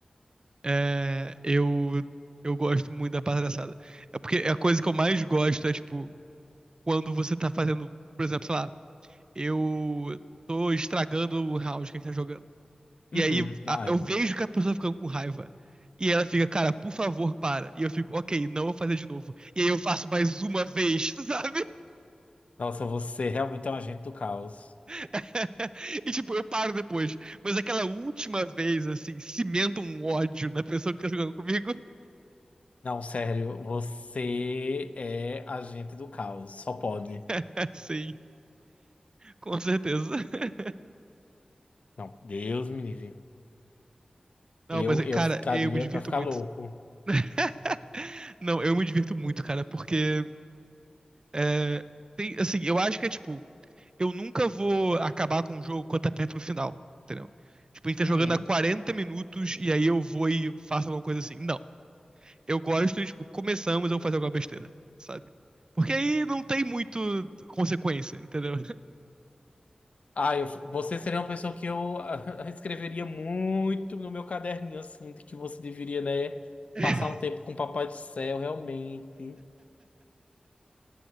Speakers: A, on the right; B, on the left.
A: é, eu, eu gosto muito da palhaçada. É porque a coisa que eu mais gosto é, tipo, quando você tá fazendo, por exemplo, sei lá, eu tô estragando o round que a gente tá jogando. E
B: Uhum.
A: aí a-
B: Ai,
A: eu
B: não.
A: vejo que a pessoa tá ficando com raiva. E ela fica, cara, por favor, para. E eu fico, ok, não vou fazer de novo. E aí eu faço mais uma vez, <laughs> sabe?
B: Nossa, você realmente é um agente do caos.
A: <laughs> E tipo, eu paro depois. Mas aquela última vez, assim, cimenta um ódio na pessoa que tá jogando comigo.
B: Não, sério, você é agente do caos, só pode.
A: <laughs> Sim, com certeza. <laughs>
B: Não, Deus me livre.
A: Não,
B: Eu,
A: mas,
B: eu
A: cara,
B: ficaria
A: eu me divirto
B: pra ficar
A: muito.
B: louco.
A: <laughs> Não, eu me divirto muito, cara, porque é, tem, assim, eu acho que é tipo, eu nunca vou acabar com o jogo quando tá perto do final, entendeu? Tipo, a gente tá
B: Uhum.
A: jogando há 40 minutos e aí eu vou e faço alguma coisa assim. Não. eu gosto, tipo, começamos, eu vou fazer alguma besteira, sabe? Porque aí não tem muito consequência, entendeu?
B: Ah, eu- você seria uma pessoa que eu ah, <laughs> escreveria muito no meu caderninho, assim, de que você deveria, né,
A: <laughs>
B: passar um tempo com o Papai do Céu, realmente.